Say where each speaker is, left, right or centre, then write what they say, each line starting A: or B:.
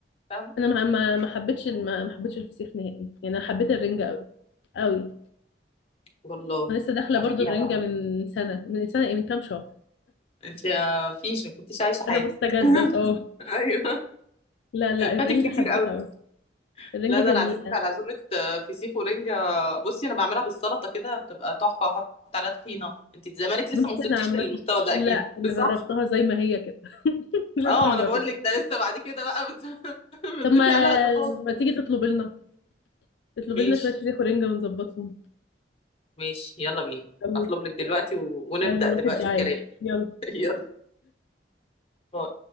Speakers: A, on the left; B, on the left.
A: فاهمه
B: انا ما ما ما حبيتش ما ما حبيتش الفسيخ نهائي يعني انا حبيت الرنجه قوي قوي
A: والله
B: انا لسه داخله
A: تعمليها
B: برضو الرنجه
A: بقى
B: من سنه من سنه ايه من كام شهر
A: انت ما فيش ما كنتيش عايشه حياتك
B: انا مستجده
A: <laughs>
B: اه
A: ايوه
B: لا لا الرنجة
A: فاتك كتير
B: حبيتها
A: قوي
B: قوي الرنجة
A: لا
B: جميلة
A: ده انا عازمك على عزومه آه، فسيخ ورنجه بصي انا بعملها بالسلطه كده بتبقى تحفه احط عليها طحينه انت زمانك لسه
B: بص
A: ما وصلتيش
B: انا عامة
A: للمستوى ده
B: لا
A: اكيد
B: انا
A: <laughs>
B: جربتها
A: صح
B: زي ما هي كده <laughs> لسه
A: اه ما
B: ما
A: انا بقول
B: جربت
A: لك ده لسه بعد كده بقى بت... <laughs> بتضيفي
B: طب ما
A: عليها اضافات
B: ما تيجي تطلب لنا تطلب
A: ماشي
B: لنا شوية فسيخ ورنجة ونظبطهم
A: ماشي يلا بينا
B: يلا
A: اطلب لك دلوقتي و... ونبدأ
B: حلو الواحد
A: دلوقتي
B: جعان
A: الكلام
B: يلا
A: <laughs> يلا باي